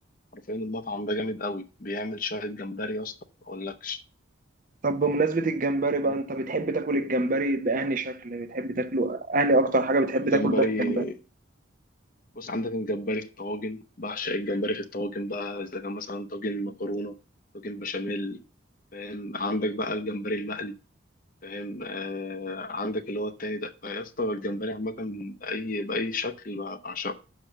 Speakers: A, on the left; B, on the right.
A: عارفين المطعم ده جامد قوي بيعمل شويه جمبري يا اسطى ما اقولكش
B: طب بمناسبة الجمبري
A: فاهم؟
B: بقى انت بتحب تاكل الجمبري بأنهي شكل بتحب تاكله أنهي أكتر حاجة بتحب
A: الجمبري
B: تاكل بقى الجمبري
A: بص عندك الجمبري في الطواجن بعشق الجمبري في الطواجن بقى إذا كان مثلا طاجن مكرونة طاجن بشاميل فاهم عندك بقى الجمبري المقلي فاهم آه عندك اللي هو التاني ده فيا اسطى الجمبري عامة بأي بأي شكل بقى بعشقه